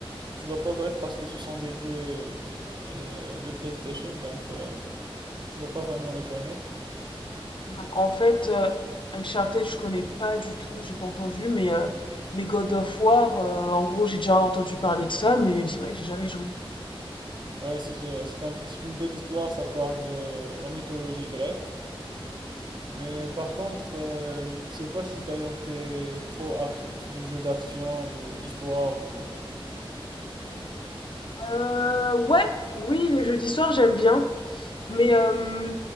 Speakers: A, on the right (about 50°); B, on the left (about 55°).
A: tu vas pas connaître parce que ce sont des jeux euh, de PlayStation, donc euh, tu vas pas vraiment les connaître.
B: bah, en fait euh, Uncharted, je connais pas du tout. J'ai pas entendu. Mais, euh, mais God of War, euh, en gros, j'ai déjà entendu parler de ça. Mais c'est vrai que j'ai jamais joué.
A: Ouais, c'est c'est un- c'est une belle histoire, ça parle de la mythologie grecque, Mais par contre, euh, je sais pas si d'ailleurs t'es trop ac- jeu d'action ou histoire ou...
B: Euh, ouais, oui, les jeudis soirs, j'aime bien. Mais, euh,